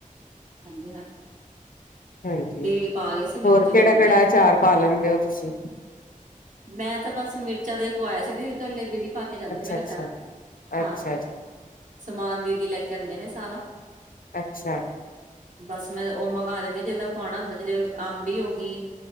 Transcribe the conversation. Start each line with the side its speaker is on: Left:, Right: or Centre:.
Right: ਹਾਂਜੀ ਹਾਂਜੀ,
Left: ਹਾਂਜੀ
Right: ਦੀਦੀ ਪਾ ਗਏ ਸੀ ਮੈਂ
Left: ਹੋਰ
Right: ਕਿਹਾ
Left: ਕਿਹੜਾ
Right: ਚਲੋ ਵਧੀਆ
Left: ਕਿਹੜਾ ਅਚਾਰ ਪਾ ਲੈਂਦੇ ਹੋ ਤੁਸੀਂ
Right: ਮੈਂ ਤਾਂ ਬਸ ਮਿਰ ਰਚਾ ਦਾ ਹੀ ਪਵਾਇਆ ਸੀ ਤੇ ਹਲੇ ਦੀਦੀ ਪਾ ਕੇ ਜਾਂਦੇ
Left: ਅੱਛਾ
Right: ਮੇਰਾ
Left: ਅੱਛਾ
Right: ਚਾਰ ਹਾਂ
Left: ਅੱਛਾ ਜੀ
Right: ਸਮਾਨ ਦੀਦੀ ਲੈ ਕੇ ਆਂਦੇ ਨੇ ਹਾਂ
Left: ਅੱਛਾ
Right: ਬਸ ਮੈਂ ਉਹ ਮੰਗਵਾ ਦਿੰਦੇ ਜਿੱਦਾਂ ਪੁਉਣਾ ਹੁੰਦਾ ਜਿਦਾਂ ਅੰਬੀ ਹੋ ਗ ਜੀ।